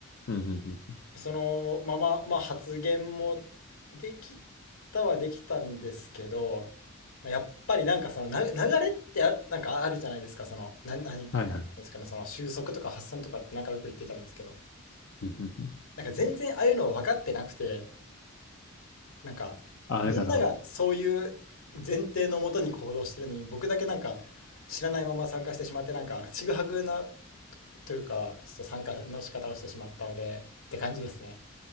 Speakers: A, on the left; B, on the left.
A: うんうんうん。
B: そのまま、まあ、発言もできたはできたんですけど、まあやっぱりなんかそのな流れってあなんかあるじゃないですか、その、な、何、なん
A: はいはい。
B: ですかね、その収束とか発散とかってなんかよく言ってたんですけど、
A: うんうんうん
B: なんか全然ああいうの分かってなくて、なんかみんながそういう前提のもとに行動してるのに、
A: ああ、だから、
B: 僕だけなんか知らないまま参加してしまって、なんかちぐはぐなというか、ちょっと参加の仕方をしてしまったので、って感じですね。